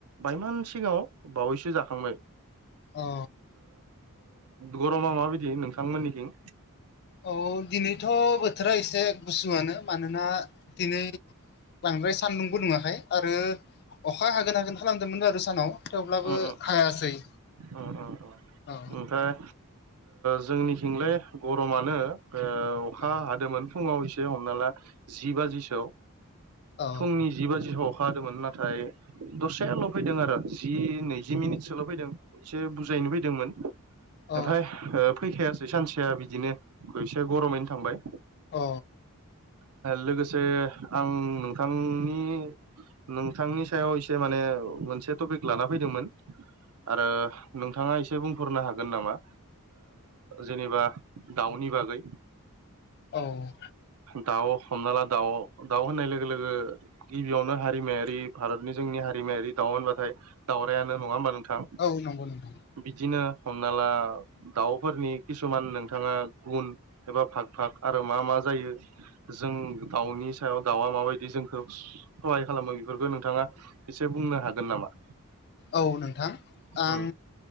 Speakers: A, on the right; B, on the left.
A: बायमान सिगाङाव बावैसो जाखांबाय
B: औ
A: गरमा माबायदि नोंथांमोननिथिं
B: औ दिनैथ' बोथोरा एसे गुसुआनो मानोना दिनै लांद्राय सानदुंबो नुङाखै आरो अखा हागोन हागोन खालामदोंमोनल आरो सानाव थेवब्लाबो
A: उम
B: हायासै
A: उम उम
B: औ
A: ओमफ्राय जोंनिथिंलाय गरमानो अखा
B: औ
A: हादोंमोन फुङाव एसे हमना ला जि बाजिसोआव
B: औ
A: फुंनि जि बाजिसआव अखाादोंमोन नाथाय दसेल' फैदों आरो जि नैजि मिनिटसोल' फैदों एसे बुजायनो फैदोंमोन ओमफ्राय
B: औ
A: फैखास सानसेया बिदिनोसे गरमैनो थांबाय
B: अ
A: लोगोसे आं नोंथांनि नोंथांनि सायाव एसे माने मोनसे टपिक लाना फैदोंमोन आरो नोंथाङा एसे बुंफोरनो हागोन नामा जेनेबा दाउनि बागै
B: औ
A: दाउ हमना ला दाउ दाउ होननाय लोगो लोगो गिबियावनो हारिमायारि भारतनि जोंनि हारिमायारि दाउ होनबाथाय दावउरायायानो नङा होमबा नोंथां
B: औ नंगौ नोंथां
A: बिदिनो हमना ला दाउफोरनि किसुमान नोंथाङा गुन एबा फाग फाग आरो मा मा जायो जों दाउनि सायाव दाउआ माबायदि जोंखौ सहाय खालामो बेफोरखौ नोंथाङा एसे बुंनो हागोन नामा
B: औ नोंथां आं
A: उम